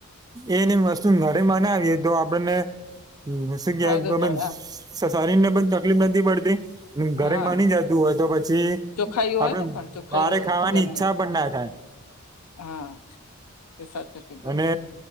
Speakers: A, on the right (about 15°); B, on the left (about 80°).
A: એને એ વસ્તુ ઘરે બનાવીએ તો આપણને <unintelligible> શરીર
B: ફાયદો થાય
A: ને પણ તકલીફ નથી પડતી
B: હા
A: ઘરેમ
B: હા
A: બની જતું હોય તો પછી
B: ચોખાઈ હોય
A: આપડે
B: ને પણ ચોખાઈ
A: બારે
B: હોય
A: ખાવાની
B: ઘરની
A: ઈચ્છા પણ ના થાય
B: હા તે સાચું કીધું
A: અને